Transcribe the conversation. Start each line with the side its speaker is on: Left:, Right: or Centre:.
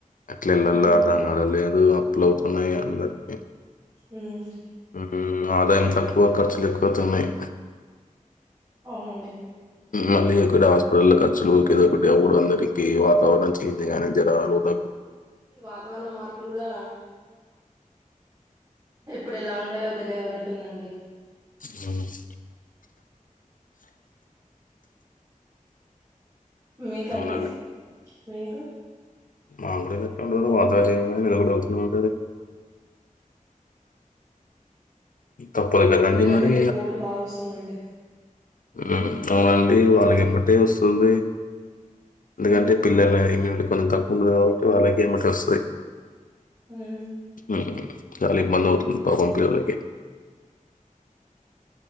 Left: అట్లా ఇళ్ళలో
Right: ఉమ్
Left: రంగ లేదు మ్మ్ అప్పులవుతున్నాయి అందరికి
Right: మ్మ్
Left: మ్మ్ ఆదాయం తక్కువ ఖర్చులు ఎక్కువవుతున్నాయి
Right: అవునండి
Left: మళ్ళీ ఇక్కడ హాస్పిటల్ ఖర్చులు ఏద ఒకటి అప్పుడు అందరికి వాతావరణం చేంజ్ గానే జర రోగ్
Right: ఈ వాతావరణ మార్పులు కూడా ఎప్పుడు ఎలా ఉండాయో తెలియనట్టుందండి
Left: మ్మ్
Right: మీకండి
Left: అవునండి.
Right: మీకు
Left: మామిడాకులు అజాజి <unintelligible> ఇక తప్పలే కద అండి
Right: పిల్లలకైతే
Left: మరి
Right: కోల్డ్ బాగా వస్తుందండి
Left: ఆ అవునండి వాళ్ళకి ఇంబటే వస్తుంది లేదంటే
Right: ఉమ్
Left: పిల్లల ఇమ్యూనిటీ కొంత తక్కువ కాబట్టి వాళ్ళకే ఎంబట వస్తది
Right: ఉమ్
Left: మ్మ్ గాలి మందవుతు పంపిర్లే ఇక్